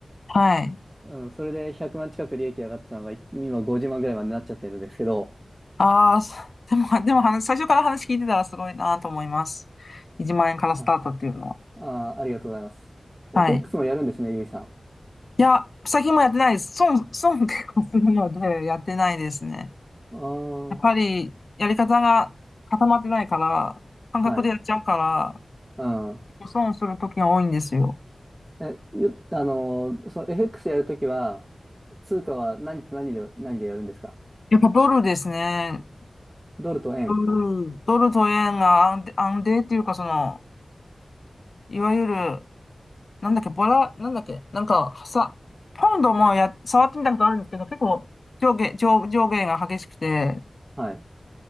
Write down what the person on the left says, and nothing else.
はい。
ああ、そ <laughs> でも、でも話、最初から話聞いてたらすごいなと思います。1万円からスタートっていうのは。
はい。
いや、最近もやってないです。損、<laughs> 損結構するので、やってないですね。
やっぱり、やり方が固まってないから、感覚でやっちゃうから、
結構損する時が多いんですよ。
やっぱドルですね。
うん、ドルと円が安定、安定っていうか、その、いわゆる、なんだっけ、ボラ、なんだっけ、なんか、さ、ポンドもや、触ってみたことあるんですけど、結構、上下、上、上下が激しくて、